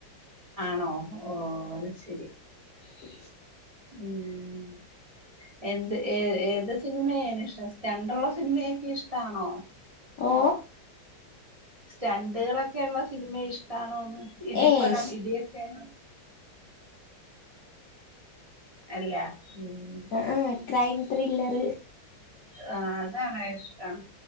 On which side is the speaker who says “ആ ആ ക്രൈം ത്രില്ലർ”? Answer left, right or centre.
Left